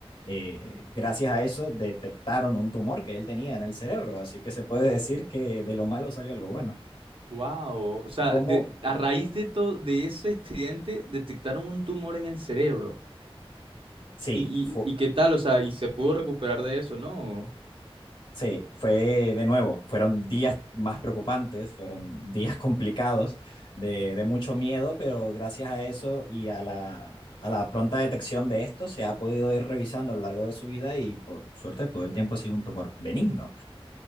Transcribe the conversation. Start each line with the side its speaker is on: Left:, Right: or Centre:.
Left: eh, gracias a eso detectaron un tumor que él tenía en el cerebro, así que se puede decir que de lo malo salió algo bueno.
Right: Wow. O sea,
Left: Como,
Right: de- a raíz de todo de ese accidente detectaron un tumor en el cerebro.
Left: sí,
Right: ¿Y,
Left: fue,
Right: y, y qué tal? O sea, y se pudo recuperar de eso, ¿no?
Left: Sí, fue de nuevo, fueron días más preocupantes, fueron días <laughs> complicados, de, de mucho miedo, pero gracias a eso y a la, a la pronta detección de esto se ha podido ir revisando a lo largo de su vida y por suerte todo el tiempo ha sido un tumor benigno.